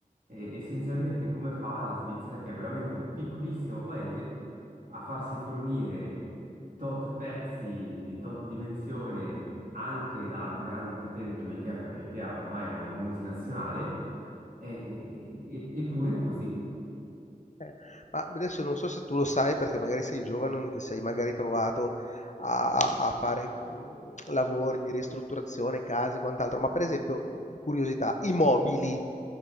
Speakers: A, on the right (about 60°); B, on the left (about 50°).
A: eh, essenzialmente come fa la Svizzera, che è veramente un piccolissimo paese, a farsi fornire tot pezzi di tot dimensione anche da grandi catene come IKEA, perché IKEA ormai è una multinazionale e- e- eppure è così.
B: Eh, ma adesso non so se tu lo sai perché magari sei giovane, non ti sei magari trovato a, a fare mm, lavori di ristrutturazione, case e quant'altro, ma per esempio, curiosità, i mobili,